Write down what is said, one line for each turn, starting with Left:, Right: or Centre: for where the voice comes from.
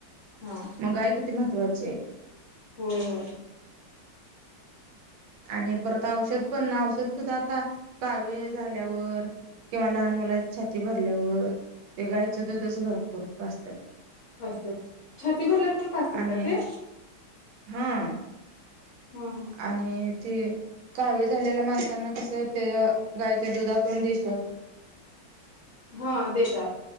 Left: हा.
Right: गाय किती महत्वाची आहे?
Left: होय होय.
Right: आणि परत औषध पण, औषध सुद्धा आता कावीळ झाल्यावर किंवा लहान मुलाची छाती भरल्यावर, ते गायचं दूधच गरम करून पाजतात.
Left: पाजत्यात. छाती भरल्यावर पण पाजतात
Right: आणि
Left: का ते?
Right: हा.
Left: हम् हम.
Right: आणि, ते कावीळ झालेल्या माणसांना कसं, ते गायच्या दुधातून दिशाव
Left: हा देतात.